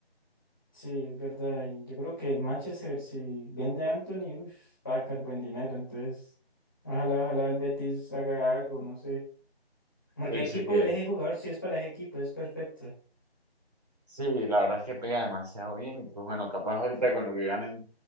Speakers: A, on the left; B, on the right.
A: Sí, es verdad, y yo creo que el Manchester, si vende a Anthony, uf, va a sacar buen dinero, entonces, ojalá, ojalá el Betis haga algo, no sé, porque
B: Se dice
A: el equipo,
B: que
A: ese jugador sí es para ese equipo, es perfecto.
B: sí, la verdad es que pega demasiado bien, y pues bueno, capaz ahorita con lo que ganen,